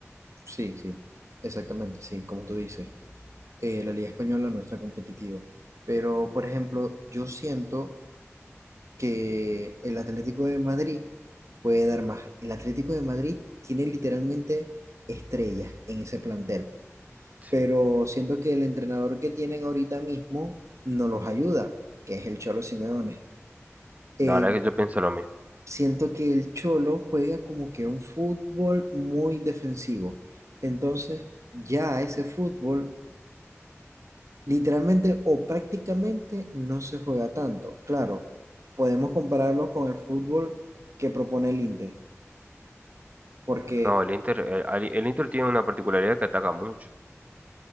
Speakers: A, on the right; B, on the right.
A: Sí, sí. Exactamente, sí, como tú dices. eh, la liga española no está competitiva. Pero, por ejemplo, yo siento que el Atlético de Madrid puede dar más.
B: Ujú,
A: El Atlético de Madrid tiene literalmente estrellas en ese plantel,
B: Sí,
A: pero siento que el entrenador que tienen ahorita mismo no los ayuda, que es el Cholo Simeone.
B: la
A: Eh,
B: verdad que yo pienso lo mismo.
A: siento que el Cholo juega como que un fútbol muy defensivo. Entonces, ya ese fútbol Literalmente o prácticamente no se juega tanto. Claro, podemos compararlo con el fútbol que propone el Inter, porque
B: No, el Inter, el, al- el Inter tiene una particularidad que ataca mucho.